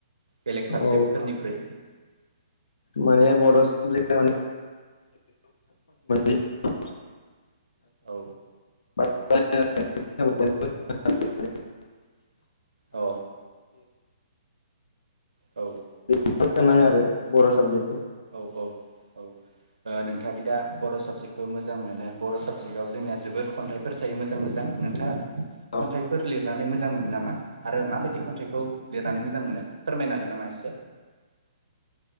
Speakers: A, on the right; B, on the left.
A: बेलेग साबजेक्टफोरनिख्रुइ
B: औ माने बड' साबजेक्ट आनो <inaudible>
A: औ
B: <unintelligible>
A: अ औ
B: <unintelligible> नाङो आरो बर' साबजेक्टखौ
A: औ औ औ नोंथाङादि दा बर' साबजेक्ट खो मोजां मोनो बर' साब जिगाव जोंनिया जोबोर खन्थाइफोर थायो मोजां मोजां। नोंथाङा
B: औ
A: खन्थाइफोर लिरनानै मोजां मोनो नामा? आरो माबायदि खन्थाइखौ लिरनानै मोजां मोनो फोरमायनो हागोन नामा एसे